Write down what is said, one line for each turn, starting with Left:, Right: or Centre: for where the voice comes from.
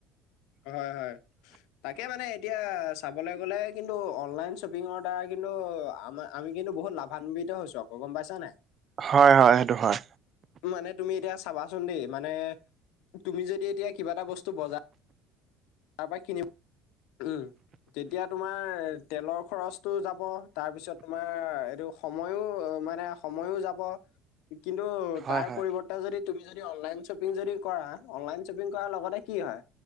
Left: হয় হয় তাকে মানে এতিয়া চাব গলে অনলাইন চপিং দ্বাৰা। কিন্তু আমাৰ আমি কিন্তু বহুত লাভান্বিত হৈছো আকৌ গম পাইছা নাই
Right: হয় হয় সেইটো হয়।
Left: মানে তুমি এতিয়া চাবাচোন দেই মানে তুমি যদি এতিয়া কিবা এটা বস্তু বজাৰ তাপা কিনি উম তেতিয়া তোমাৰ তেলৰ খৰচটোও যাব তাৰপিছত তোমাৰ এইটো সময়ো মানে সময়ো যাব।
Right: <inaudible>
Left: কিন্তু
Right: হয়
Left: তাৰ
Right: হয়
Left: পৰিৱৰ্তে যদি তুমি যদি অনলাইন শ্বপিং যদি কৰা অনলাইন শ্বপিং কৰাৰ লগতে কি হয়